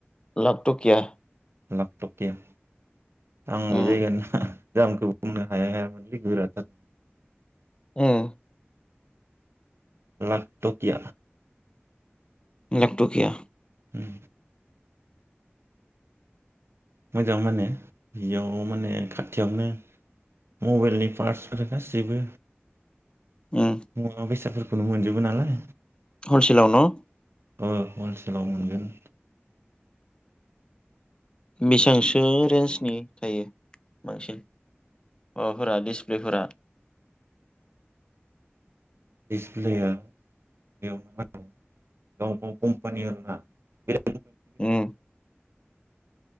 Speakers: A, on the left; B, on the right.
A: लाभटकिया
B: लाखटकिया आं बे
A: उम
B: जायगाया <unintelligible> नामखौ बुंनो हाया हायाामोन लोगो गोराथार
A: ओम
B: लाखटकि
A: लाटकिया
B: उम मोजां होनो बेयाव माने खाथियावनो मबाइलनि पार्टसफोर गासैबो
A: उम
B: मुवा बेसादफोरख खौनो मोनजोबो नालाय
A: हलसेलाव न'
B: <unintelligible> गाव मोनगोन
A: बेसेबांसो रेन्जनि थायो मानसिन माबाफोरा डिसप्लेफोरा
B: दिसप्लेया बेयावनो म गाव गाव कम्पानि आरो ना बिराद
A: उम